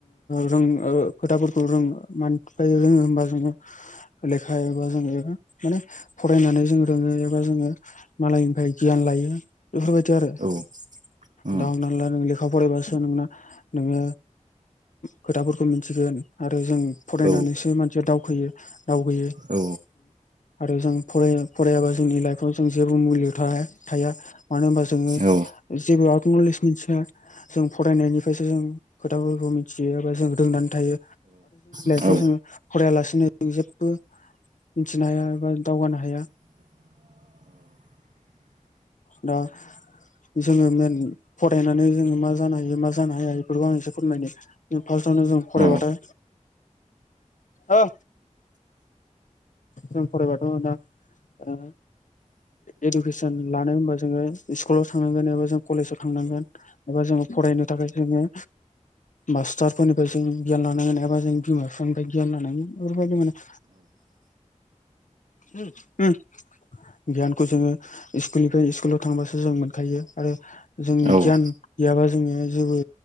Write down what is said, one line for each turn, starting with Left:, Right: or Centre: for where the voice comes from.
Left: रों ओ खोथाफोरखौ रों मानि थाखाय रोङो? ओमबा जोङो लेखा एबा जोङो माने फरायनानै जोङो फोरोङो एबा जोङो मालायनिफ्राय गियान लायो। बेफोरबायदि आरो
Right: औ। उम
Left: दा हमनानै ला नों लेखा फरायबासो नोंना नोङो खोथाफोरखौ मिथिगोन आरो जों फरायनानैसो
Right: औ
Left: मानसिया दावखोयो । दावगोयो
Right: औ
Left: आरो जों फराया फरायाबा जोंनि लाइफाव जों जेबो मुलि <unintelligible> थाया मानो होनबा जोङो
Right: औ
Left: जेबो आउट नलेज मोनथिया जों फरायनायनिफ्रायसो जों खोथाफोरखौ मिथियो एबा जों रोंनानै थायो।
Right: औ।
Left: जों
Right: औ
Left: फरायालासिनो जों जेबबो मिथिनो हाया एबा दावगानो हाया। दा जोङो मेन फरायनानै जोङो मा जानो हायो मा जानो हाया इफोरखौ आं एसे फोरमायनो फार्स्टआव जों फरायबथाय
Right: औ
Left: हो जों फरायबाथ' दा ओ इडुकेसन लानो होनबा जोङो स्कुलाव थांनांगोन एबा जों कलेजाव थांनांगोन एबा जोङो फरायनो थाखाय जोङो मास्टारफोरनिफ्राय जों गियान लानांगोन एबा जों बिमा बिफानिफ्राय गियान लानांगोन बेफोरबायदि माने उम उम। गियानखौ जोङो स्कुलनिफ्राय स्कुलाव थांबासो जों मोनखायो आरो जों
Right: औ
Left: गियान गैयाबा जोङो जेबो